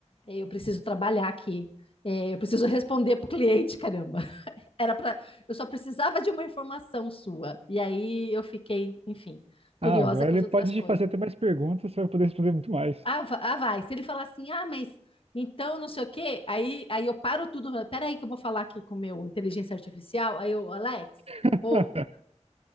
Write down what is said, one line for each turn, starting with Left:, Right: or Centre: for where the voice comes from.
Left: É, Eu preciso trabalhar aqui. É, Eu preciso responder pro cliente, caramba. Era para, eu só precisava de uma informação sua. E aí eu fiquei, enfim, curiosa
Right: Ah, agora
Left: com
Right: ele
Left: as outras
Right: pode
Left: coisas.
Right: te fazer até mais perguntas, você vai poder responder muito mais.
Left: Ah, va- ah, vai. Se ele falar assim, ah, mas então não sei o quê, aí, aí eu paro tudo. Pera aí que eu vou falar aqui com o meu inteligência artificial. Aí eu, Alex,
Right: <laughs>
Left: ou